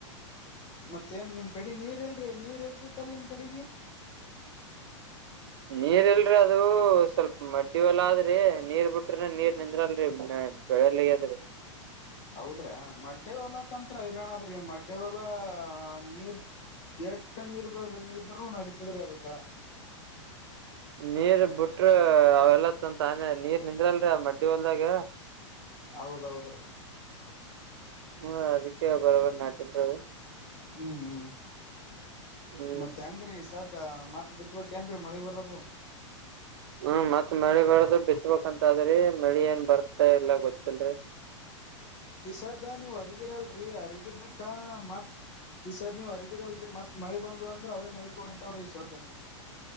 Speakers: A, on the left; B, on the right.
A: ಮತ್ತ ಏನ್ ನಿಮ್ ಕಡೆ ನೀರ್ ಇಲ್ರಿ ನೀರ್ ಇರ್ತಿತ್ತಲ್ ನಿಮ್ ಕಡೆಗ
B: ನೀರ್ ಇಲ್ರಿ ಅದು ಸ್ವಲ್ಪ ಮಡ್ಡಿ ಹೊಲ್ಲ ಆದ್ರಿ ನೀರ್ ಬಿಟ್ರ ನೀರ್ ನಿಂದ್ರಲ್ರಿ ಬೆಳಲ್ಲಿಗೆದ
A: ಹೌದ್ರಿ ಮಡ್ಡ್ಯ ಹೊಲಕಂತ್ರ ಹಿರಾಣದ್ರಿ ಮಡ್ಡ್ಯವಲಾ ನೀರ್ ಎಟ್ಟ ನೀರ್ ಬೇ ಇದ್ ನಡತದ್ರೀ ಅದಕ್ಕ
B: ನೀರ್ ಬಿಟ್ರ ಅವೆಲ್ಲ ತ ತಾನೆ ನೀರ್ ನಿಂದ್ರಲ್ರಿ ಮಡ್ಡಿ ಹೊಲ್ದಾಗ
A: ಹೌದೌದ್ರೀ
B: ಹ್ಮ ಅದಕ್ಕೆ ಬರಬ ನಾಟಿದರು
A: ಹ್ಮ್ ಹ್ಮ್
B: ಹ್ಮ್
A: ಮತ್ತೆ ಅಂಗ್ರ ದ ಮತ್ ಬಿತ್ಬೇಕಕ್ಏನ್ರೀ ಮಳೆ ಬರದು
B: ಹ್ಮ ಮತ್ ಮಳೆ ಬ್ದ ಬಿತ್ಬೇಕಕ್ಂತ ಅದ್ರಿ ಮಳಿ ಏನ್ ಬರ್ತಾ ಎಲ್ಲ ಗೊತ್ತಲ್ರರಿ
A: ಈಸ್ದ ನೀವ್ ಹರಗಿರಲ್ರರಿ ಅರಗಿದಕ್ಕ ಮತ್ ಈಸಾದ್ ನೀವ್ ಹರಗಿರಲ್ರರಿ ಮತ್ ಮಳಿ ಬಂದ್ ಅಂದ್ರ ಅವೇ ಮಳಿ ಹೊಡಿತಾವ್ರೀ ಈಸಾದ್